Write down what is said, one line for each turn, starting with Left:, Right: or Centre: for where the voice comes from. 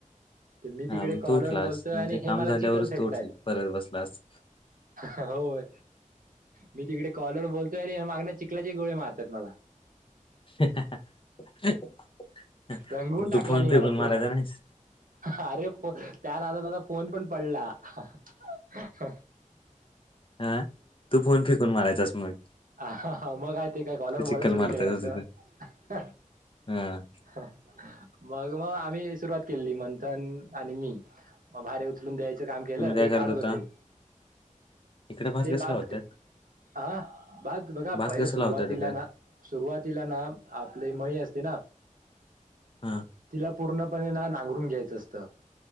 Right: मी
Left: हा
Right: तिकडे
Left: मग
Right: कॉलवर
Left: तू उठलास.
Right: बोलतोय
Left: मग
Right: आणि
Left: ते
Right: हे
Left: काम
Right: मला
Left: झाल्यावरच
Right: चिखल फेकतायेत
Left: तू उठल परत बसलास.
Right: हो मी तिकडे कॉलवर बोलतोय आणि हे मागन चिखलाचे गोळे मारतायेत मला
Left: <unintelligible>
Right: रंगून
Left: मग
Right: टाकला
Left: तू फोन
Right: आणि
Left: फेकून
Right: मला पूर्ण
Left: मारायचा नाहीस?
Right: अरे त्या नादात फोन पण पडला. ला
Left: हा तू फोन फेकून मारायचास मग
Right: हा मग आहे ते काय कॉलवर
Left: तू
Right: बोलायला
Left: चिक्कल
Right: सुरू
Left: मारतायस
Right: केलं नसत
Left: तिथं. हा.
Right: हा मग मग आम्ही सुरुवात केली मंथन आणि मी म भाार उचलून द्याय काम केलं
Left: तुम्ही काय
Right: ते
Left: करत
Right: काढत
Left: होता?
Right: होते
Left: इकडे
Right: ते
Left: कसला
Right: भात
Left: होता?
Right: हा बात बघा
Left: भात
Right: पहिलं
Left: कसा
Right: सुरुवातीला
Left: लावता तिकडे?
Right: ना सुरुवातीला ना आपली मळी असते
Left: हा
Right: तिला पूर्णपणे ना नांगरून घ्यायचं असत